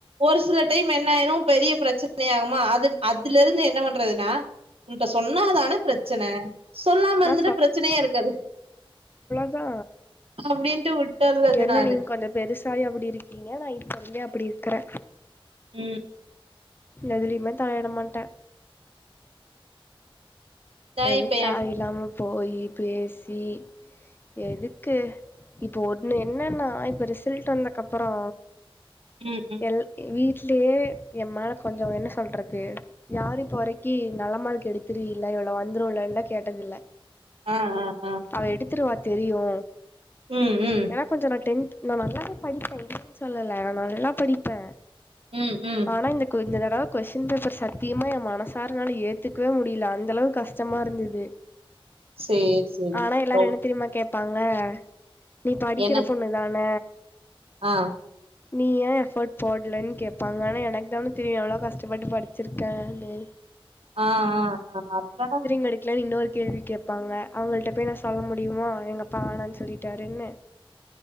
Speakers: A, on the right (about 80°); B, on the left (about 20°).
A: ஒரு சில டைம் என்னாயிரு பெரிய பிரச்சன ஆகுமா அது அதுல இருந்து என்ன பண்றதுனா உன்ட்ட சொன்னாதானப் பிரச்சன சொல்லாம இருந்துட்டா
B: நா
A: பிரச்சனையே இருக்காது
B: த்தா
A: அப்படின்ட்டு விட்டர்றது
B: என்ன
A: நானு
B: நீங்க கொஞ்சோ பெருசு ஹாயா அப்டி இருக்கீங்க நா இப்ப இருந்தே அப்டி இருக்கறே
A: ம்
B: எதுலயுமே தலையிட மாட்டே
A: தா
B: எதுக்
A: இப்ப
B: தாவிலாம
A: என்
B: போயி பேசி எதுக்கு இப்போ ஒன்னு என்னனா இப்ப ரிசல்ட்டு வந்தகப்பறோ
A: ம் ம்
B: எல் வீட்லயே எம்மேல கொஞ்சோ என்ன சொல்றது யாரு இப்ப வரைக்கி நல்ல மார்க் எடுத்துருவில இவ்ளோ வந்துருல்ல எல்லா கேட்டதில்ல
A: ஆ ஆ ஆ
B: அவ எடுத்துருவா தெரியு
A: ம் ம்
B: ஏனா கொஞ்சோ நா டென்த் நா நல்லாவே படிப்ப இல்லனு சொல்லல நா நல்லா படிப் ப்பே
A: ம் ம்
B: ஆனா இந்தட் கொஞ்சோ தடவ கொஸ்டின் பேப்பர் சத்தியமா ஏன் மனசாரனால ஏத்துக்கவே முடியல அந்தளவு கஷ் சமா இருந்துது
A: சேரி சேரி
B: ஆனா எல்லாரு
A: ரொ
B: என்ன தெரியுமா கேப் பாங்க நீ படிக்கிற
A: என்ன
B: பொண்ணு தான
A: ஆ
B: நீ ஏன் எஃபர்ட் போடலனு கேப்பாங்க ஆனா எனக்கு தான தெரியு எவ்வளோ கஷ்டப்பட்டு படி வச்சிருக்காலே
A: ஆ‌ ஆ ஆ
B: புடிக்கிலனு இன்னொரு கேள்வி கேட்பாங்க அவுங்கள்ட போயி நா சொல்ல முடியுமா எங்கப்பா வேணானு சொல்லிட்டாருனு